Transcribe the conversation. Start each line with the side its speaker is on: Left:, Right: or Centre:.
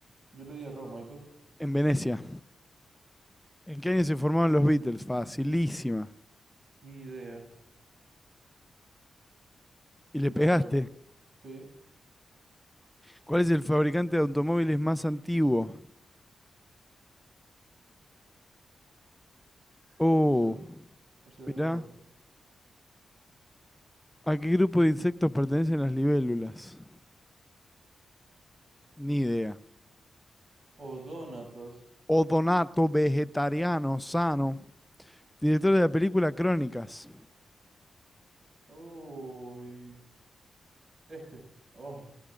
Right: Yo le di a Roma, ¿y tú?
Centre: En Venecia. ¿En qué año se formaron los Beatles? Facilísima.
Right: Ni idea.
Centre: Y le
Right: Y
Centre: pegaste.
Right: la pego. Sí,
Centre: ¿Cuál es el fabricante de automóviles más antiguo? Oh,
Right: Mercedes, Mercedes-Benz,
Centre: mirá.
Right: papi.
Centre: ¿A qué grupo de insectos pertenecen las libélulas? Ni idea.
Right: O Donatos.
Centre: Odonato, vegetariano, sano. Director de la película Crónicas.
Right: Uy, este. Oh,